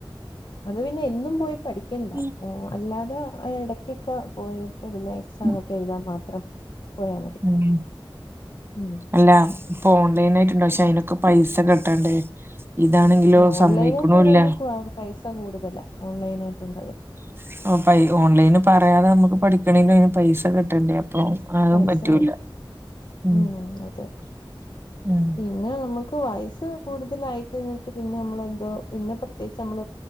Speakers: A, on the left; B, on the right.
A: അത് പിന്നെ എന്നും പോയി പഠിക്കണ്ട.
B: ഉം
A: ഓ അല്ലാതെ ഇടക്കൊക്കെ പോയി <inaudible> ഇപ്പൊ പിന്നെ എക്സാം
B: ഉം
A: ഒക്കെ എഴുതാൽ മാത്രം പോയാ മതി.
B: ഉം
A: മ്മ്.
B: അല്ല ഇപ്പൊ ഓൺലൈൻ ആയിട്ടുണ്ട്. പക്ഷെ, അയിനൊക്കെ പൈസ കെട്ടണ്ടേ? ഇതാണെങ്കിലോ
A: ആ ഓൺലൈന
B: സമ്മയിക്കണൂല്ല
A: ആയിട്ടുള്ളതിന് പൈസ കൂടുതലാ, ഓൺലൈനായിട്ടുള്ളതിന്.
B: <unintelligible> ഓൺലൈന് പറയാതെ നമുക്ക് പഠിക്കണെങ്കിലും അയിന് പൈസ കെട്ടണ്ടേ? ഉം ആതും
A: പൈസ
B: പറ്റൂല.
A: വേണം
B: <unintelligible>
A: ഉം അതെ
B: ഉം
A: പിന്നെ നമ്മക്ക് <inaudible> ക്ക് വയസ്സ് കൂടുതലായിക്കഴിഞ്ഞിട്ട് പിന്നെ നമ്മളെന്തോ, പിന്നെ പ്രത്യേകിച്ച് നമ്മൾ,,